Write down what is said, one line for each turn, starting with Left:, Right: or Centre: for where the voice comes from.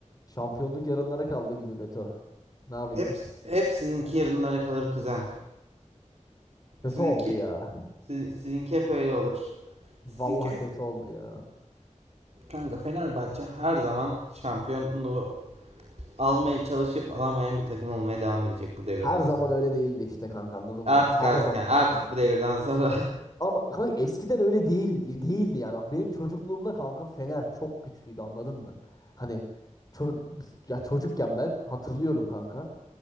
Left: Şampiyonluk yarınlara kaldı gibi Beto. Ne yapacağız?
Right: Hep, hep sizinki yarınlara kalır kuzen.
Left: Kötü
Right: Sizinki,
Left: oldu ya.
Right: si- sizinki hep öyle olur.
Left: Vallahi
Right: Sizinki
Left: kötü oldu ya.
Right: kanka Fenerbahçe her zaman şampiyonluğu almaya çalışıp alamayan bir takım olmaya devam edecek bu devirden
Left: Her zaman
Right: sonra.
Left: öyle değildi işte kanka anladın
Right: Artık
Left: mı? Her
Right: artık
Left: zaman
Right: yani artık
Left: öyle değildi.
Right: bu devirden sonra. <laughs>
Left: Ama kanka eskiden öyle değil, değildi yani. Bak Benim çocukluğumda kanka Fener çok güçlüydü anladın mı? Hani ço- ya çocukken ben hatırlıyorum kanka.